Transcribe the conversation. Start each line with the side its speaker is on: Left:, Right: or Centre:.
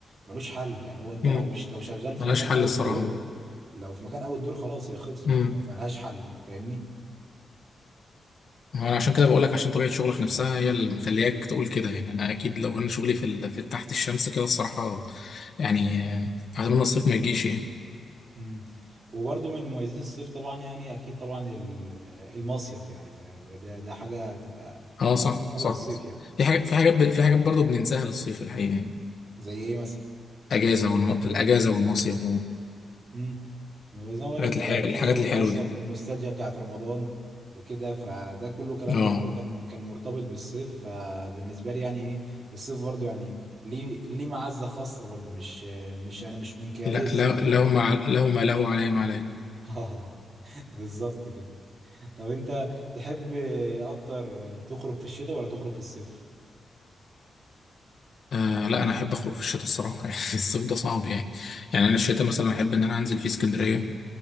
Right: ملوش حل يعني هو انت
Left: مم.
Right: لو مش لو شغال في
Left: ملهاش
Right: مكان
Left: حل
Right: اوت
Left: الصراحه
Right: دور لو في مكان اوت دور خلاص هي خلصت ما
Left: امم
Right: ما- ملهاش حل فاهمني
Left: انا عشان كده بقول لك عشان طبيعه شغلك نفسها هي اللي مخلياك تقول كده يعني انا اكيد لو انا شغلي في, ال... في تحت الشمس كده الصراحه يعني آه، اتمنى الصيف ما يجيش يعني
Right: مم. وبرضه من مميزات الصيف طبعا يعني اكيد طبعا ال- المصيف يعني فده ده حاجه تبقى
Left: اه
Right: تبقى
Left: صح
Right: اهم حاجه
Left: صح
Right: في الصيف يعني
Left: في حاجات في حاجات ب... في حاجات برضه بننساها للصيف الحقيقه يعني
Right: زي ايه مثلا
Left: اجازه والم... الاجازه والمصيف
Right: امم زي ما بقول
Left: الحاجات
Right: لك كده
Left: الح...
Right: الاجازه
Left: الحاجات
Right: والمصيف
Left: الحلوة دي
Right: والنوستالجيا بتاعت رمضان وكده فده كله كلام
Left: اه
Right: ده كله كان كان مرتبط بالصيف فبالنسبه لي يعني ايه الصيف برضه يعني ليه ليه معزه خاصه برضه مش مش انا مش من كاره
Left: لا
Right: الصيف
Left: لا لو
Right: جدا
Left: ما عل- لو ما له عليه ما عليه
Right: <laughs> اه بالظبط كده طب انت تحب اكتر تخرج في الشتاء ولا تخرج في الصيف
Left: آه لا انا احب اخرج في الشتاء الصراحه <laughs> يعني الصيف ده صعب يعني يعني انا الشتاء مثلا احب ان انا انزل في اسكندريه